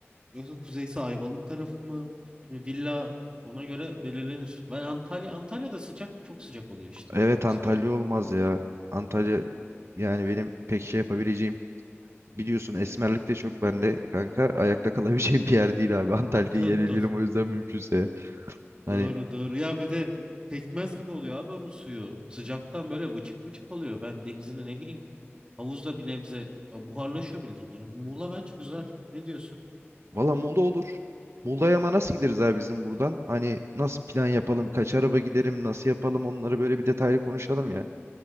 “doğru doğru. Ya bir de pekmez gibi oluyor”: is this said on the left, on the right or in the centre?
Right